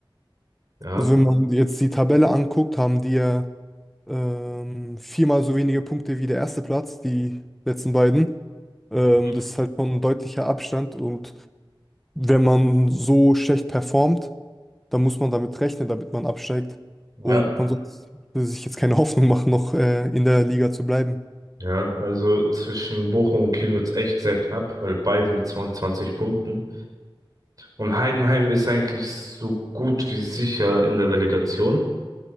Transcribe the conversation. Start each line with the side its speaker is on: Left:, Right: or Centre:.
Right: Ja.
Centre: also wenn man jetzt die Tabelle anguckt, haben die ja ähm, viermal so wenige Punkte wie der erste Platz, die letzten beiden. Ähm,
Right: Mhm.
Centre: das ist halt schon ein deutlicher Abstand und wenn man so schlecht performt, dann muss man damit rechnen, damit man absteigt.
Right: Ja,
Centre: Und man sollte sich jetzt keine <laughs> Hoffnung machen, noch äh, in der Liga zu bleiben.
Right: Ja, also zwischen Bochum und Kiel wird's echt sehr knapp, weil beide mit 22 Punkten. Und Heidenheim ist eigentlich so gut wie sicher in der Relegation.